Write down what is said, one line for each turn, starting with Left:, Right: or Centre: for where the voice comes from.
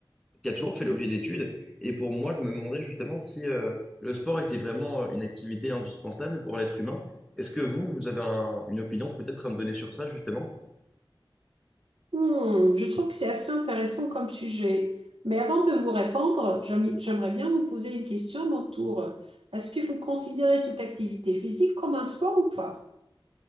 Centre: qui a toujours fait l'objet d'études. Et pour moi, je me demandais justement si euh, le sport était vraiment euh, une activité indispensable pour l'être humain. Est-ce que vous, vous avez un- une opinion peut-être à me donner sur ça, justement?
Right: Hmm, je trouve que c'est assez intéressant comme sujet. Mais avant de vous répondre, j'aim- j'aimerais bien vous poser une question à mon tour. Est-ce que vous considérez toute activité physique comme un sport ou pas?